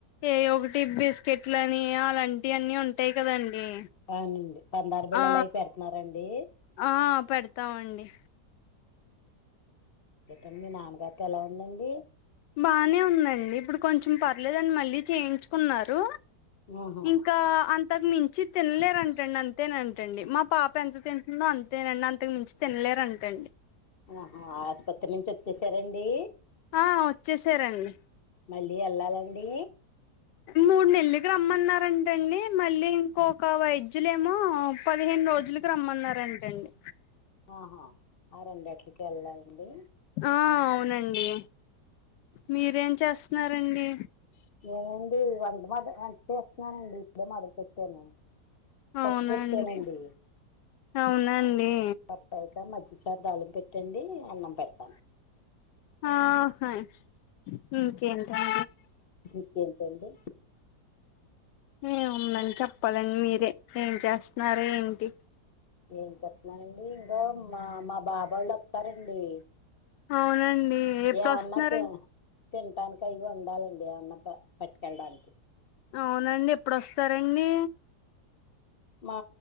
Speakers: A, on the left; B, on the left.
A: ఏయ్యో ఒకటి బిస్కెట్లని అలాంటి అన్ని ఉంటాయి కదండి.
B: అవునండి పందారు బిళ్లలు
A: ఆ
B: అయి పెడుతున్నారండి.
A: ఆ పెడతామండి.
B: ఏటండి మీ నాన్నగారికి ఎలా ఉందండి.
A: బానే ఉందండి ఇప్పుడు కొంచెం పర్లేదండి మళ్ళీ చేయించుకున్నారు.
B: ఆహా
A: ఇంకా అంతకు మించి తినలేరంటండి అంతేనంటండి మా పాప ఎంత తిన్. అంతేనండి అంతకు మించి తిన్లేరంట అండి.
B: ఆహా ఆస్పత్రి నుంచి వచ్చేసారండి.
A: ఆ వచ్చేసారండి.
B: మళ్ళీ వెళ్ళాలండి.
A: మూడు నెల్లకి రమ్మన్నారంటండి మళ్ళీ ఇంకొక వైద్యులేమో పదిహేను రోజులు. రమ్మన్నారంటండి.
B: ఆహా ఆ రెండట్లకి వెళ్ళాలండి.
A: ఆ అవునండి మీరేం చేస్తున్నారండి.
B: నేనండి వంట మ వంట చేస్తున్నానండి ఇప్పుడే మొదలుపెట్టాను.
A: అవునండి
B: పప్పు పెట్టేనండి
A: అవునండి
B: పప్. రైతా మజ్జిగ చారు తాలింపు పెట్టండి అన్నం పెడతాను.
A: ఆ హై ఇంకేంటండి.
B: ఇకేంతండి
A: ఏముందండి చెప్పాలండి మీరే ఏం చేస్తున్నార ఏంటి
B: ఏం చెప్తున్నానండి ఇంకా మా మా బాబోళ్ళు వస్తారండి
A: అవునండి ఎప్పుడు
B: ఏమన్నా
A: వస్తున్నారండి
B: తినడానికి అవి వండాలండి ఏమన్నా పట్టుకెళ్ళడానికి
A: అవునండి ఎప్పుడోస్తారండి
B: మా